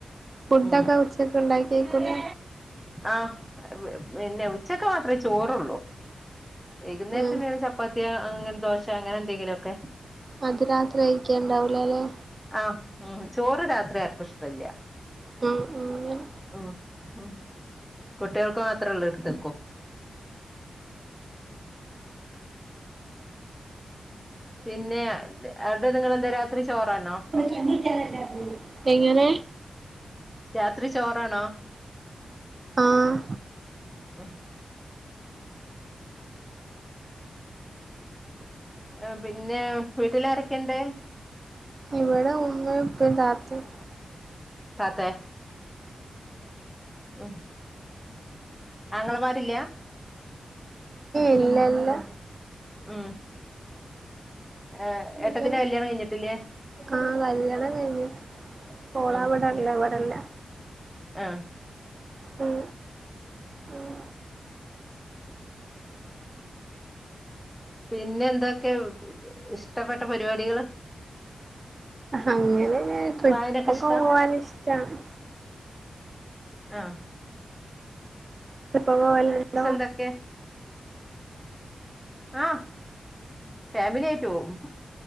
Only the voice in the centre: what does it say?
ഉം
ആഹ് പിന്നെ ഉച്ചക്ക് മാത്രെ ചോറുള്ളു വൈകുന്നേരത്തെ
എന്തേലും ചപ്പാത്തിയ അങ്ങനെ ദോശ അങ്ങനെ എന്തെങ്കിലും ഒക്കെ
ആഹ് ഉം ചോറ് രാത്രി ആർക്കും ഇഷ്ടല്ലിയ
ഉം ഉം കുട്ടികൾക്ക് മാത്രേ ഒള്ളൂ എടുത്തെക്കും പിന്നെ ടെ അവടെ നിങ്ങളെന്താ രാത്രി ചോറാണൊ
രാത്രി ചോറാണോ
മ് ആ പിന്നെ വീട്ടിലാരൊക്കെ ഒണ്ട്
താത്തെ ഉം ആങ്ങളമാരില്ല
ഉം ഏയ് ഏട്ടത്തിന്റെ
കല്യാണം കഴിഞ്ഞിട്ടില്ലേ
ഉം
ആഹ്
പിന്നെ എന്തൊക്കെയാ ഇഷ്ടപ്പെട്ട പരിപാടികള്
വായനൊക്കെ ഇഷ്ടാ
ആഹ്
ഇതൊക്കെ ആഹ് ഫാമിലി ആയിട്ട് പോവും